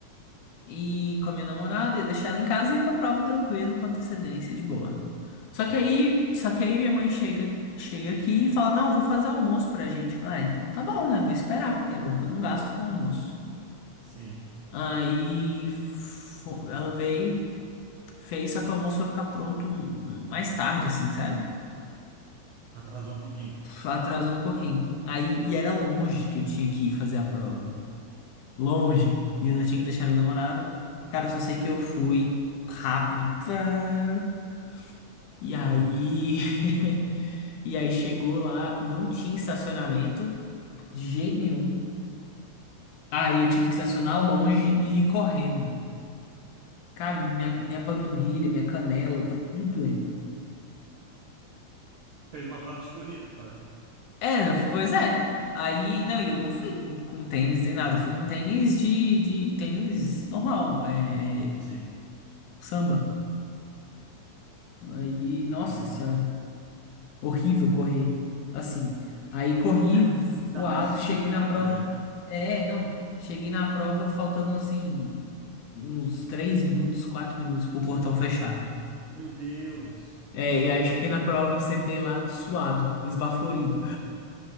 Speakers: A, on the left; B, on the right.
A: e com a minha namorada, ia deixar ela em casa e ia pra prova tranquilo, com antecedência, de boa. Só
B: Sim.
A: que aí, só que aí minha mãe chega, chega aqui e fala: "Não, vou fazer almoço pra gente". Eu falo, ah, então tá bom, né? Vou esperar, que é bom que eu não gasto com almoço.
B: Sim.
A: Aí fo- ela veio, fez, só que o almoço vai ficar pronto mais tarde assim, sabe?
B: Atrasou um pouquinho.
A: Atrasou um pouquinho. Aí e era longe que eu tinha que ir fazer a prova. Longe. E eu não tinha que deixar minha namorada. Cara, eu só sei que eu fui rápido. Pã. E aí
B: <laughs>
A: <laughs> E aí chegou lá, não tinha estacionamento. De jeito nenhum. Aí eu tive que estacionar longe e ir correndo. Cara, minha, minha panturrilha, minha canela, tá tudo doendo.
B: Fez uma prova de corrida quase.
A: É, pois é. Aí, não, e eu não fui com tênis nem nada. eu Fui com tênis de, de tênis normal, é, é,
B: Sim.
A: samba. Aí, nossa
B: Meu,
A: senhora, horrível correr. Assim. Aí corri
B: é, não.
A: voado,
B: ainda mais despreparado,
A: cheguei na prova.
B: né?
A: É, não. Cheguei na prova faltando assim, uns 3 minutos, 4 minutos pro portão fechar.
B: Meu Deus.
A: É, e aí cheguei na prova, sentei lá, suado, esbaforido.